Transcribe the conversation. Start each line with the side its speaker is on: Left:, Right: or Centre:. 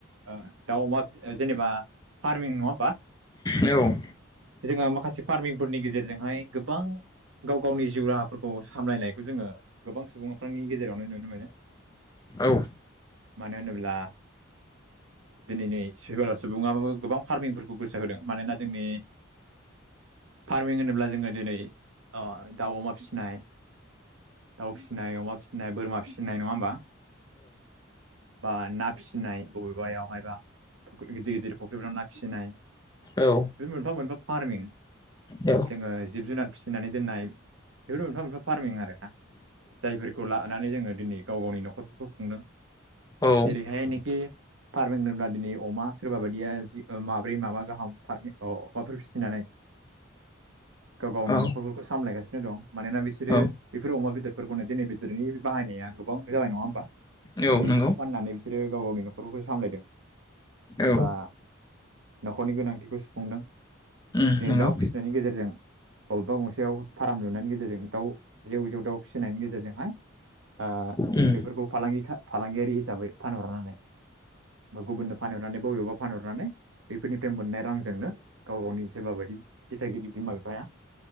Right: ओ दाउ अमा जेनेबा फार्मिं नङा होनबा
Left: औ
Right: जोङो माखासे फार्मिंफोरनि गेजेरजोंहाय गोबां गाव गावनि जिउ राहाफोरखौ सामलायनायखौ जोङो गोबां सुबुंफोरनि गेजेरावनो नुनो मोनो।
Left: औ
Right: मानो होनोब्ला दिनैनि <unintelligible> सुबुङाबो गोबां फार्मिंफोरखौ गोसो होदों मानोना जोंनि फार्मिं होनोब्ला जोङो दिनै अ दाउ अमा फिसिनाय दाउ फिसिनाय अमा फिसिनाय बोरमा फिसिनाय नङा होमबा। बा ना फिसिनाय बबेबायाव हायबा फुख्रि गिदिर गिदिर फुख्रिफोराव ना फिसिनाय
Left: औ
Right: बेफोर मोनफा मोनफा फार्मिं
Left: औ
Right: जोङो जिब जुनार फिसिनानै दोननाय बेफोर मोनफा मोनफा फार्मिं आरोना। जायफोरखौ लानानै जोङो दिनै गाव गावनि न'खरफोरखौ खुंदों।
Left: औ
Right: जेरैहायनिखि फार्मिं होनोब्ला दिनै अमा सोरबा बायदिया जि माब्रै माबा गाहाम फारमिं अ माफोर फिसिनानै गाव गावनि
Left: औ
Right: न'खरफोरखौ सामलायगासिनो दं मानोना बिसोरो
Left: औ
Right: बेफोर अमा बेदरफोरखौनो दिनै बेदरनि बाहायनाया गोबां जाबाय नङा होमबा
Left: औ
Right: दिनै
Left: नंगौ
Right: बेफोरखौ फाननानै बिसोरो गाव गावनि न' न'खरफोरखौ सामलायदों
Left: औ
Right: बा न'खरनि गोनांथिखौ सुफुंदों। दिनै
Left: उम नंगौ
Right: दाउ फिसिनायनि गेजेरजों अबेबा गंसेयाव फाराम लुनायनि गेजेरजों दाउ जेउ जेउ दाउ फिसिनायनि गेजेरजोंहाय ओ
Left: उम
Right: बेफोरखौ फालांगि फालांगियारि हिसाबै फानहरनानै बा गुबुननो फानहरनानै बबेबा फानहरनानै बैफोरनिफ्राय मोननाय रांजोंनो गाव गावनि सोरबा बायदि दिथागिरि बिमा बिफाया